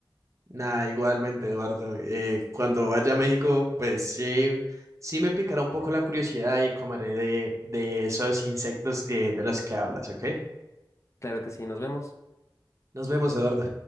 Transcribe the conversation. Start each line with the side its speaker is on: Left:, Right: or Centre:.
Right: Nada, igualmente, Eduardo. Eh, cuando vaya a México, pues sí, sí me picará un poco la curiosidad y comeré de, de esos insectos que, de los que hablas, ¿ok?
Left: Claro que sí, nos vemos.
Right: Nos vemos, Eduardo.